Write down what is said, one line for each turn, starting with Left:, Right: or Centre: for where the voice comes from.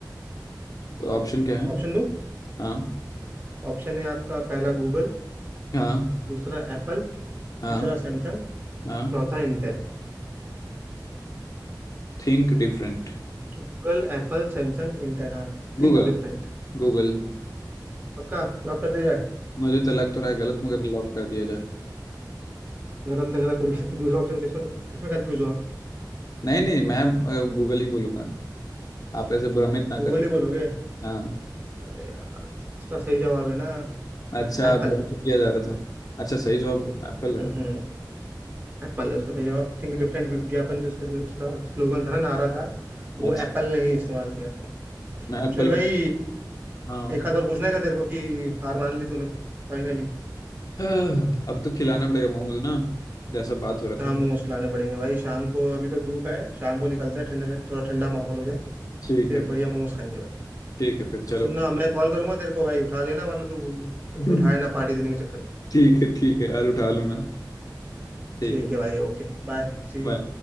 Left: तो ऑप्शन क्या है
Right: ऑप्शन दो
Left: हाँ
Right: ऑप्शन है आपका पहला गूगल
Left: हाँ
Right: दूसरा एप्पल
Left: हाँ
Right: तीसरा सैमसंग
Left: हाँ
Right: चौथा Intel
Left: Think different
Right: Google Apple Samsung Intel हाँ Think
Left: गूगल
Right: different
Left: गूगल
Right: पक्का लॉक कर दिया जाए
Left: मुझे तो लग तो रहा है गलत मगर लॉक कर दिया जाए
Right: गलत लग रहा है फिर भी तो दूसरा ऑप्शन किसमें किसमें कंफ्यूज हो आप
Left: नहीं नहीं मैं गूगल ही बोलूंगा आप ऐसे भ्रमित ना
Right: गूगल
Left: करें
Right: ही बोलोगे
Left: हाँ
Right: अरे यार इसका सही जवाब है ना
Left: अच्छा
Right: एप्पल
Left: भ्रमित किया जा रहा था अच्छा सही जवाब एप्पल
Right: हम्म
Left: है
Right: एप्पल है उसका सही जवाब थिंक डिफरेंट विज्ञापन जो उसका जो उसका स्लोगन था ना नारा था वो
Left: अच्छा
Right: एप्पल ने ही इस्तेमाल किया था
Left: मैं एप्पल
Right: चल भाई
Left: को हाँ
Right: एक हाथ और पूछना है क्या तेरे को कि हार मान ली तूने फाइनली
Left: आह, अब तो खिलाना पड़ेगा मोमोज ना जैसा बात हो रखा
Right: हाँ
Left: है
Right: मोमोज खिलाने पड़ेंगे भाई शाम को अभी तो धूप है शाम को निकलते हैं ठंडे थोड़ा ठंडा माहौल हो जाए
Left: ठीक
Right: फिर
Left: है
Right: बढ़िया मोमोज खाएंगे भाई
Left: ठीक है फिर
Right: और
Left: चलो
Right: सुनना मैं कॉल करूंगा तेरे को भाई उठा लेना वरना तू
Left: <laughs>
Right: उठाए ना पार्टी देने के चक्कर में
Left: ठीक है ठीक है यार उठा लूंगा ठीक
Right: ठीक
Left: है
Right: है भाई ओके बाय सी
Left: बाय